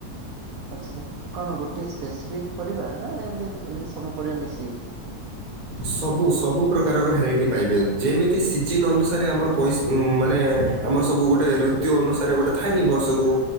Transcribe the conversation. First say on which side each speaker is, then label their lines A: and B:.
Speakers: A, on the right; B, on the right.
A: ଆଚ୍ଛା ଚ୍ଛା କଣ ଗୋଟେ ସ୍ପେସିଫିକ୍ ପରିବା ନା ଏନ୍ଦି ଉଁ ଏମିତି ସବୁ ପରିବା ମିଶେଇକି।
B: ସବୁ ସବୁ ପ୍ରକାରର ଭେରାଇଟି ପାଇବେ ଯେମିତି ସିଜନ୍ ଅନୁସାରେ ଆମର ପଇସ୍ ଉଁ ମାନେ ଆମର ସବୁ ଗୋଟେ
A: ହୁଁ
B: ଋତୁ ଅନୁସାରେ ଗୋଟେ ଥାଏନି ବର୍ଷକୁ